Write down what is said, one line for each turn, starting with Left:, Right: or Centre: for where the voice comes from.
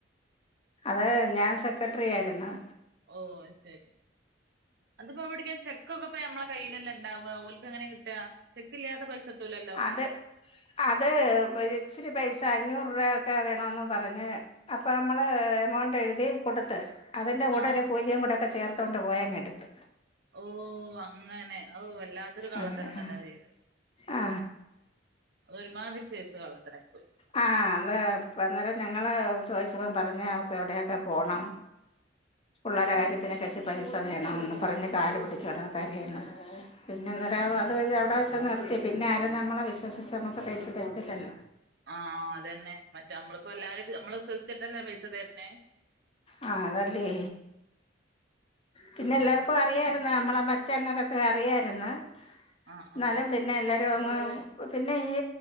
Left: അതെ ഞാൻ സെക്രട്ടറി ആയിര്ന്ന്.
Right: ഓ അഹ് ശെരി. അതിപ്പോ അവിടക്കെ ചെക്കൊക്കെ പ്പ നമ്മളെ കയ്യിലെല്ലെണ്ടാവ ഓൽക് എങ്ങനെ കിട്ടാ? ചെക്ക് ഇല്ലാതെ പൈസട്ടുല്ലല്ലോ?
Left: അത് അത് ഇച്ചിരി പൈസ അഞ്ഞൂറ് റൂപൊക്കെ വേണന്ന് പറഞ്ഞ് അപ്പൊ അമ്മള് എമൗണ്ട് എഴുതി കൊട്ത്ത് അതിന്റെ കൂടെ
Right: ആഹ്
Left: ഒരു
Right: ആഹ്
Left: പൂജ്യം കൂടെ ഒക്കെ ചേർത്തോൊണ്ട് പോയങ്ങെട്ത്ത്.
Right: ഓ അങ്ങനെ ഔ വല്ലാത്തൊരു കള്ളത്തരം
Left: അങ്ങനെ ആ
Right: തന്നെ ചെയ്തെ.
Left: ആ
Right: ഒരുമാതിരി സൈസ് കള്ളത്തര മായ്പോയ്.
Left: ആ അന്താ ഇപ്പ അന്നേരം ഞങ്ങള്ൾ ചോദിച്ചപ്പോ പറഞ്ഞ അവക്ക് എവിടെൊക്കെ പോണം പിള്ളേരെ കാര്യത്തിനെക്കെച്ച് പൈസ വേണമെന്ന് പറഞ്ഞ് കാല് പിടിച്ചുടന്ന് കരയുന്ന പിന്നെന്നരാ
Right: ആഹ് ആഹ്
Left: അത് വ അവിടെ വെച്ച നിർത്തി പിന്നെ ആരും നമ്മെ വിശ്വസിച്ച് നമുക്ക് പൈസ തരത്തിലല്ലോ
Right: ആ ആഹ് അതന്നെ മറ്റേനമ്മളിപ്പോ എല്ലാരും നമ്മള് <unintelligible> വിസുവസിച്ട്ടല്ലേ പൈസ തരന്നെ
Left: ആ അതല്ലേ പിന്നെ
Right: അതെ
Left: എല്ലർക്കും
Right: അതെ
Left: അറിയ നമ്മലെ മ <unintelligible> അറിയർന്നു
Right: ആഹ്
Left: ഇന്നാലും
Right: ആഹ്
Left: പിന്നെ എല്ലരും പിന്നെ ഈ